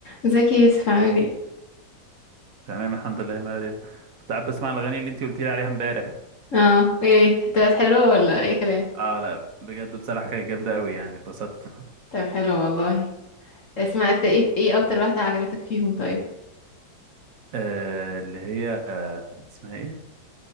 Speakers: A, on the left; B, on the right.
A: ازيك يا يوسف عامل ايه
B: تمام الحمد لله يا مريم كنت قاعد بسمع الاغاني اللي انت قلت لي عليها امبارح
A: اه ايه طلعت حلوة ولا اي كلام
B: اه لا بجد بصراحه كانت جامده قوي يعني اتبسطت
A: طب حلو والله سمعت ايه ايه اكتر واحدة عجبتك فيهم طيب
B: آه اللي هي آه اسمها ايه